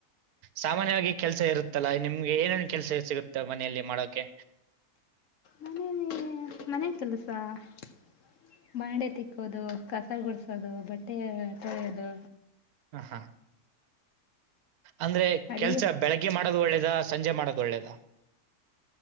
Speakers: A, on the right; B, on the left.
A: ಸಾಮಾನ್ಯವಾಗಿ ಕೆಲ್ಸ ಇರುತ್ತಲ್ಲ ನಿಮ್ಗೆ ಏನೇನು ಕೆಲ್ಸ ಸಿಗುತ್ತೆ ಮನೆಯಲ್ಲಿ ಮಾಡೋಕೆ.
B: ಮನೇಲಿ ಮನೆ ಕೆಲ್ಸ <unintelligible> ಬಂಡೆ ತಿಕ್ಕೋದು ಕಸ ಗುಡಿಸೋದು ಬಟ್ಟೆ ತೊಳೆಯೋದು.
A: ಹ ಹಾ ಅಂದ್ರೆ
B: ಅಡುಗೆ
A: ಕೆಲ್ಸ ಬೆಳಗ್ಗೆ ಮಾಡೋದು ಒಳ್ಳೇದ ಸಂಜೆ ಮಾಡೋದು ಒಳ್ಳೇದ.